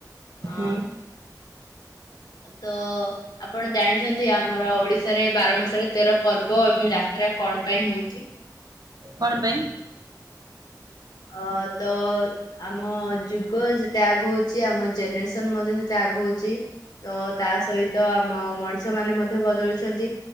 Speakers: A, on the left; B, on the right.
A: ଆ
B: ହୁଁ
A: ତ ଆପଣ ଜାଣିଛନ୍ତି ଆମର ଓଡିଶାରେ ବାର ମାସରେ ତେର ପର୍ବ ଏବଂ ଯାତ୍ରା କଣ ପାଇଁ ହଉଛି?
B: କଣ ପାଇଁ?
A: ଅ ତ ଆମ ଯୁଗ ଯେତେ ଆଗଉଛି ଆମ ଜେନେରେସନ ମଧ୍ୟ ସେତେ ଆଗଉଛି ତ ତା ସହିତ ଆମ ମଣିଷ ମାନେ ମଧ୍ୟ ବଦଳୁଛନ୍ତି